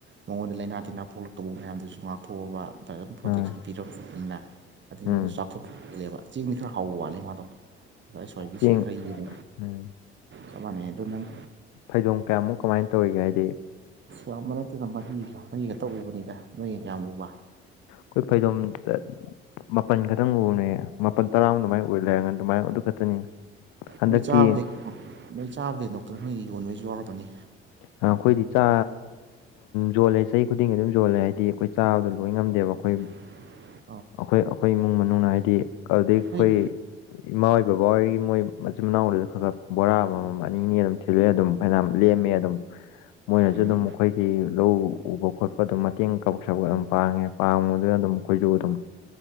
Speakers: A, on the right; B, on the left.
A: ꯃꯉꯣꯟꯗ ꯂꯥꯏꯅꯥ ꯇꯤꯟꯅꯥ ꯄꯣꯛꯂꯛꯇꯧꯕ ꯃꯌꯥꯝꯗꯨꯁꯨ ꯉꯥꯛꯊꯣꯛꯑꯕ ꯗꯝ ꯄ꯭ꯔꯣꯇꯦꯛꯁꯟ
B: ꯎꯝ
A: ꯄꯤꯔꯛꯅꯤꯅ ꯑꯗꯨꯗꯨꯅ
B: ꯎꯝ
A: ꯊꯣꯛꯛꯂꯦꯕ ꯆꯦꯡꯗꯤ ꯈꯔ ꯍꯥꯎꯕ ꯋꯥꯠꯂꯦ ꯃꯥꯗꯣ ꯈ꯭ꯋꯥꯏꯕꯤ ꯁꯤꯠꯈꯩꯒꯤꯅꯦ
B: ꯆꯦꯡ ꯎꯝ
A: ꯀꯃꯅ ꯑꯗꯣ ꯅꯪ
B: ꯐꯩꯗꯣꯡ ꯀꯌꯥꯃꯨꯛ ꯀꯃꯥꯏꯅ ꯇꯧꯔꯤꯒꯦ ꯍꯥꯏꯗꯤ
A: ꯑ ꯌꯥꯝꯕ ꯅꯠꯇꯦꯅ ꯃꯔꯤ ꯃꯔꯤ ꯈꯛꯇ ꯎꯕꯅꯤꯒ ꯅꯣꯏꯅ ꯀꯌꯥꯝ ꯎꯕ
B: ꯀꯣꯏ ꯐꯥꯏꯗꯣ ꯑꯃ ꯇ ꯃꯥꯄꯜ ꯈꯛꯇꯪ ꯎꯕꯅꯦ ꯃꯥꯄꯜ ꯇꯔꯥꯃꯨ ꯑꯗꯨꯃꯥꯏꯅ ꯑꯣꯏ ꯂꯩꯔꯒ ꯑꯗꯨꯃꯥꯏꯅ ꯑꯗꯨ ꯈꯛꯇꯅꯤ ꯍꯟꯗꯛꯇꯤ
A: ꯃꯩ ꯆꯥꯕꯗꯒꯤꯩ ꯃꯩ ꯆꯥꯕꯗꯩ ꯅꯣꯛꯇꯔ ꯅꯣꯏꯅ ꯌꯣꯟꯕꯩꯁꯨ ꯌꯥꯎꯔꯕꯅꯤ
B: ꯑ ꯑꯩꯈꯣꯏꯗꯤ ꯆꯥ ꯌꯣꯂꯦ ꯆꯍꯤ ꯈꯨꯗꯤꯡꯒꯤ ꯑꯗꯨꯝ ꯌꯣꯜꯂꯦ ꯍꯥꯏꯗꯤ ꯑꯩꯈꯣꯏ ꯆꯥꯕꯗꯣ ꯂꯣꯏ ꯉꯝꯗꯦꯕ ꯑꯩꯈꯣꯏ
A: <inaudible>
B: ꯑꯩꯈꯣꯏ ꯑꯩꯈꯣꯏ ꯏꯃꯨꯡ ꯃꯅꯨꯡꯅ ꯍꯥꯏꯗꯤ ꯑꯗꯨꯩ ꯑꯩꯈꯣꯏ
A: ꯅꯣꯏ
B: ꯏꯃꯥ ꯍꯣꯏ ꯕꯕꯥ ꯍꯣꯏꯒꯤ ꯃꯣꯏ ꯃꯆꯤꯟ ꯃꯅꯥꯎꯁꯨ ꯈꯔ ꯈꯔ ꯕꯣꯔꯥ ꯑꯃꯃꯝ ꯑꯅꯤ ꯑꯅꯤ ꯑꯗꯨꯝ ꯊꯤꯜꯂꯛꯑꯦ ꯑꯗꯨꯝ ꯐꯅ ꯂꯦꯝꯃꯦ ꯑꯗꯨꯝ ꯃꯣꯏꯅꯁꯨ
A: ꯎꯝ
B: ꯑꯗꯨꯝ ꯑꯩꯣꯏꯒꯤ ꯂꯧ ꯎꯕ ꯈꯣꯠꯄ ꯑꯗꯨꯝ ꯃꯇꯦꯡ ꯀꯕꯛ ꯁꯒꯠ ꯑꯗꯨꯝ ꯄꯥꯡꯉꯦ ꯄꯥꯕꯗꯨꯅ ꯑꯗꯨꯝ ꯑꯩꯈꯣꯏꯁꯨ ꯑꯗꯨꯝ